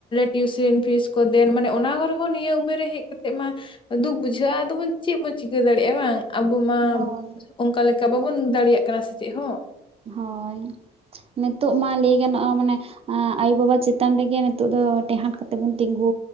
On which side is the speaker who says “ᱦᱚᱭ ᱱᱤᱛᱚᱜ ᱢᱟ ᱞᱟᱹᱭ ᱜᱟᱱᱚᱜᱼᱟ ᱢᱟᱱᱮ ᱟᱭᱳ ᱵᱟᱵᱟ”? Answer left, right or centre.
Right